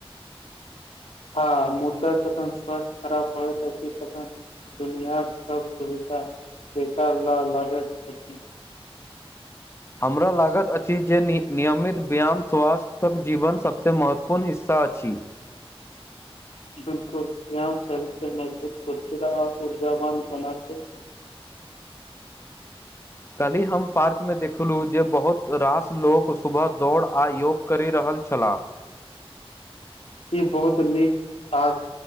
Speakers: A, on the left; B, on the left.
A: हँ मुदा जखन स्वस्थ खराब होए त तन दुनियाक सब सुविधा बेकार ल लागैत अछि
B: हमरा लागत अछि जे नियमित व्यायाम स्वास्थ्यक जीवन सभसँ महत्वपूर्ण हिस्सा अछि
A: बिलकुल शरीर मजबूत ऊर्जवान बनातै
B: काल्हि हम पार्कमे देखलहुँ जे बहुत रास लोक सुबह दौड़ आ योग करि रहल छलाह
A: ई बहुत नीक आ